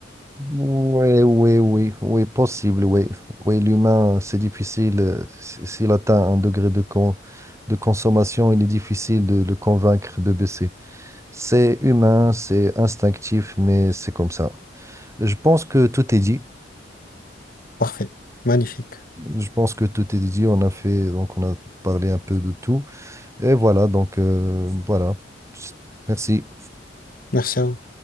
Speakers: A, on the right; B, on the left.
A: Oui, oui, oui, oui, possible, oui. Oui, l'humain, c'est difficile. euh, s- S'il atteint un degré de, con- de consommation, il est difficile de le convaincre de baisser. C'est humain, c'est instinctif, mais c'est comme ça. Je pense que tout est dit.
B: parfait. Magnifique.
A: Je pense que tout est dit. On a fait, donc on a parlé un peu de tout. Et voilà, donc euh, voilà. Merci.
B: Merci à vous.